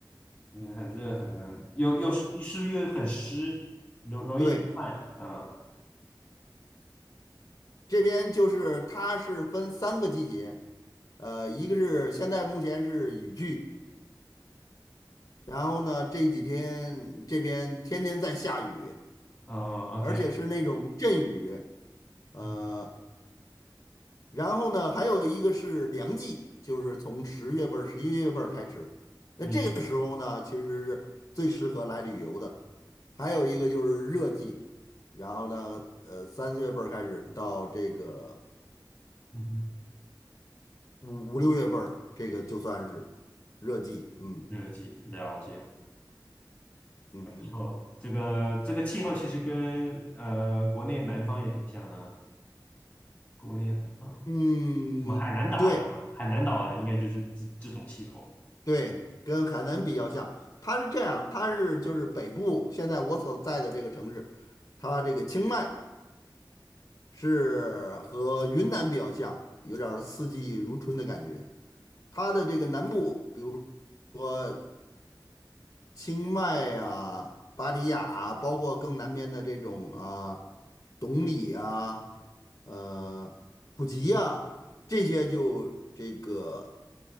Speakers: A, on the left; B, on the left.
A: 嗯，很热，很热，又又是是不是又很湿，容容易流汗？
B: 对，
A: 嗯
B: 这边就是它是分三个季节，呃，一个是现在目前是雨季，然后呢这几天这边天天在下雨，
A: 嗯，OK，
B: 而且是那种阵雨，
A: 嗯
B: 呃，然后呢还有一个是凉季，就是从十月份儿、十一月份儿开始，那这个时候呢其实是最适合来旅游的，
A: 嗯
B: 还有一个就是热季，然后呢，呃，三四月份儿开始到这个。
A: 嗯，
B: 五五六月份儿，这个就算是热季。嗯
A: 嗯，热季了解，
B: 嗯嗯
A: 不错。这个这个气候其实跟呃国内南方也挺像的啊国内南方
B: 嗯，
A: 什么海南岛有没有海南岛啊应该就是这这种气候。
B: 对对，跟海南比较像。它是这样，它是就是北部，现在我所在的这个城市，它这个清迈是和云南比较像，有点儿四季如春的感觉。它的这个南部，比如说。清迈啊、芭提雅啊包括更南边的这种啊，董里啊、呃普吉啊，这些就这个